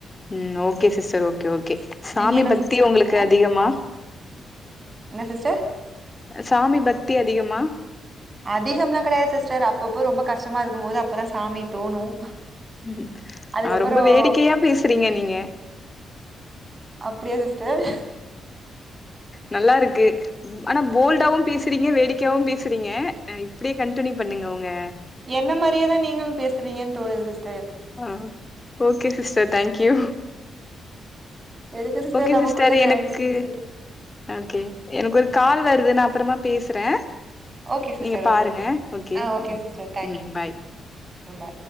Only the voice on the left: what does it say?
உம் ஓகே சிஸ்டர் ஓகே ஓகே சாமி
பக்தி
உங்களுக்கு அதிகமா
சாமி பக்தி அதிகமா
ம்
ஆ ரொம்ப வேடிக்கையா பேஸ்றீங்க நீங்க
நல்லாருக்கு ம் ஆனா போல்டாவும் பேஸ்றீங்க வேடிக்கையாவும் பேஸ்றீங்க இப்டியே கன்டினியூ பண்ணுங்க உங்க
உம் ஓகே சிஸ்டர் தேங்க்யூ
ஓகே
சிஸ்டர்
எனக்கு
ஓகே எனக்கு ஒரு கால் வருது நா அப்புறமா பேசறேன்
நீங்க பாருங்க
ஓகே
உம்
உம் பாய்